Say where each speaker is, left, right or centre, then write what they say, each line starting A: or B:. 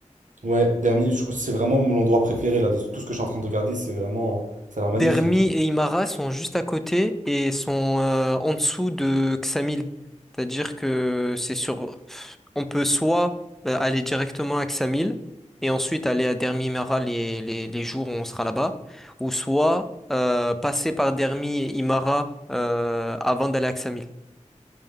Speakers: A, on the right; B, in the centre.
A: Ouais, Dermi, je- c'est vraiment mon endroit préféré là, de tout ce que je suis en train de regarder, c'est vraiment, ça a l'air magnifique.
B: Dermi et Imara sont juste à côté et sont euh, en dessous de Xamil. C'est-à-dire que c'est sur... On peut soit euh, aller directement à Xamil et ensuite aller à Dermi Imara les, les, les jours où on sera là-bas, ou soit euh, passer par Dermi et Imara euh, avant d'aller à Xamil.